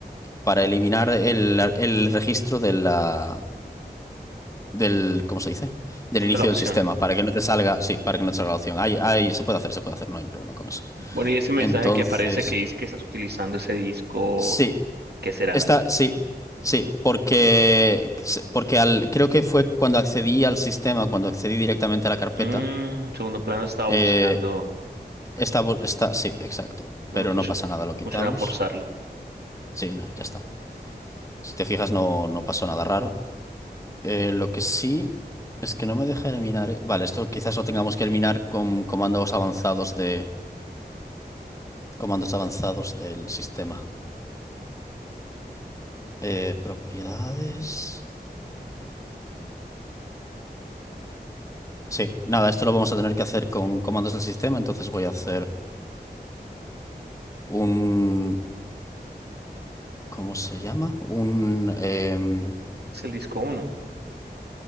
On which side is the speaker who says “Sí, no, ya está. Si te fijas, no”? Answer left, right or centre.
Left